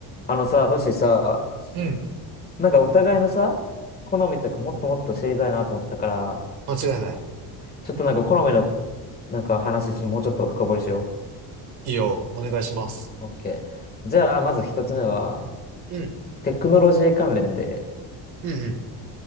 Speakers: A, on the left; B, on the right.
A: あのさ、トシさ、
B: うん。
A: なんかお互いのさ、好みとかもっともっと知りたいなと思ったから、
B: 間違いない。
A: ちょっとなんか好みのなんか話、ちょっともうちょっと深掘りしよ
B: いいよ。お願いします。
A: う。OK。じゃあ、まず一つ目は、
B: うん。
A: テクノロジー関連で、
B: うん、